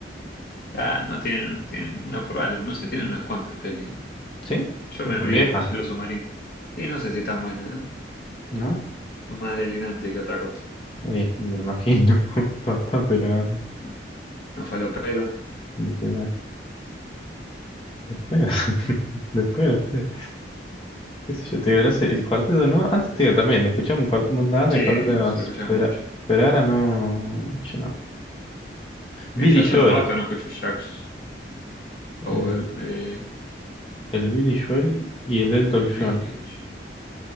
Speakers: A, on the left; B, on the left.
A: Ah, no, tienen, tienen una por álbum, no sé, tienen unas cuantas pelis.
B: ¿Sí?
A: Yo
B: Pero
A: me
B: son
A: vi
B: viejas,
A: Cielo Submarino. Y no sé si tan buena, ¿eh?
B: ¿no?
A: Son más delirante que otra cosa.
B: Y me imagino. <laughs> Bastante, la verdad.
A: No, no falopero.
B: Literal. Después, <laughs> después, no sé. ¿Qué sé yo? Te digo, no sé, el cuarteto, ¿no? Antes te digo también, escuchaba un cuarteto, una el
A: Sí,
B: cuarteto no
A: se
B: nos.
A: lo escuchaba
B: Pero,
A: mucho.
B: pero ahora no. Yo no.
A: Y
B: Billy
A: ya
B: Joel.
A: hace un rato no escucho Jax Over.
B: El,
A: Eh,
B: el Billy Joel y el Elton
A: Billy,
B: John.